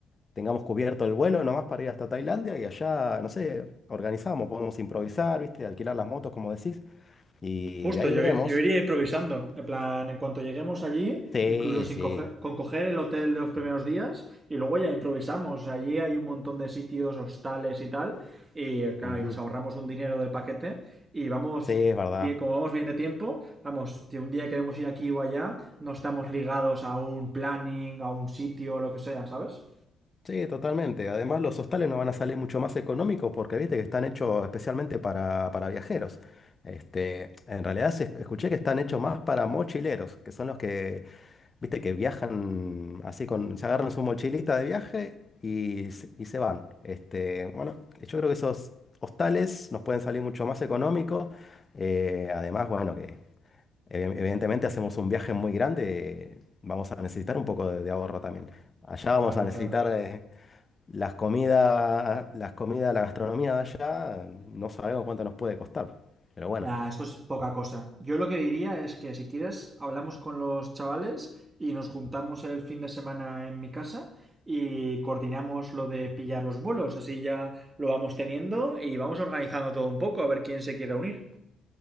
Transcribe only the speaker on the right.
Justo,
yo,
yo iría improvisando. En plan, en cuanto lleguemos allí,
incluso sin
coger, con coger el hotel de los primeros días, y luego ya improvisamos. Allí hay un montón de sitios, hostales y tal, y claro,
y nos ahorramos un dinero del paquete, y vamos,
bien, como vamos bien de tiempo, vamos, si un día queremos ir aquí o allá, no estamos ligados a un planning, a un sitio o lo que sea, ¿sabes?
Claro,
claro.
Nah, eso es poca cosa. Yo lo que diría es que si quieres, hablamos con los chavales y nos juntamos el fin de semana en mi casa y coordinamos lo de pillar los vuelos. Así ya lo vamos teniendo y vamos organizando todo un poco a ver quién se quiere unir.